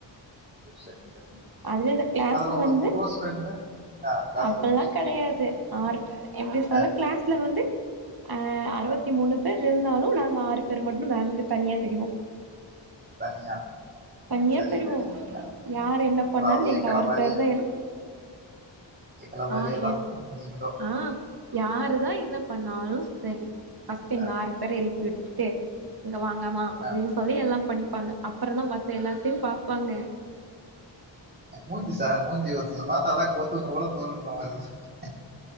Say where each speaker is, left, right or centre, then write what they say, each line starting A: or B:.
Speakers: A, on the right; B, on the right.
A: ஓ சரிங்க சரிங்க தோழி.
B: அதுலே இந்த க்ளாஸ்ல
A: அதுல உங்களுக்கு
B: வந்து
A: குளோஸ் ஃப்ரெண்டு? ஆ கிளாஸ்ல
B: அப்பல்லா
A: வந்து சொல்லுங்க,
B: கடையாது
A: சொல்லுங்க.
B: ஆற்ப் எப்டி சொல்ல
A: ஆ,
B: க்ளாஸ்ல வந்து அ அறுவத்தி
A: ஆ.
B: மூணு பேர் ருந்தாலு நாங்க ஆறு பேர் மட்டு வேங்கு தனியா தெரிவோ
A: தனியா
B: தனியா
A: சரிங்க,
B: தெரிவோ
A: சரிங்க தோழி.
B: யார் என்ன பண்ணால்
A: அதாவது
B: நெங்
A: எங்கள
B: ஆறு
A: மாரியே
B: பேர் தா எழு
A: எங்கள மாரியே
B: ஆ
A: தான்
B: என்
A: நீங்களும்.
B: ஆ யாரு தான் என்ன பண்ணாலுஸ் செரி ஃபஸ்ட் எங்
A: ஆ,
B: ஆறு பேரே எழ்ப் விட்டுட்டே இங்க வாங்கமா அப்டின்னு
A: ஆ.
B: சொல்லி எல்லா படிப்பாங்க அப்பறன்தா மத்த எல்லாத்தையு பாப்பாங்க
A: மூஞ்சி சார் மூஞ்சி ஒரு சிலர பா்த்தா தா கோத்துன்னு வுடன்ணுன்ற மாரி தா